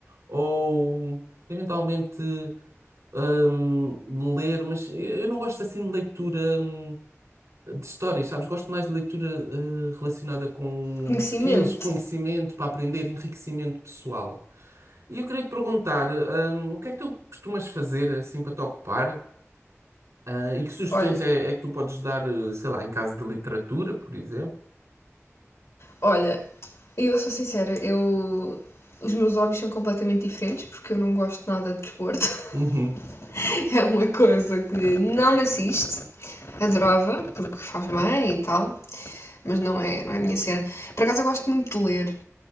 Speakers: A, on the right; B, on the left.
A: ou eventualmente hum, ler, mas eu não gosto assim de leitura hum, de histórias, sabes? Gosto mais de leitura eh, relacionada com
B: Conhecimento.
A: skills, conhecimento para aprender, enriquecimento pessoal. E eu queria te perguntar, hum, o que é que tu costumas fazer assim para te ocupar? Ah, e que sugestões
B: Olha,
A: é, é que tu podes dar, eh, sei lá, em caso de literatura, por exemplo?
B: olha, eu sou sincera, eu. Os meus hobbies são completamente diferentes porque eu não gosto nada de desporto. <laughs>
A: Uhum,
B: É uma coisa que não me assiste. Adorava, porque faz bem e tal. mas não é, não é a minha cena. Por acaso eu gosto muito de ler,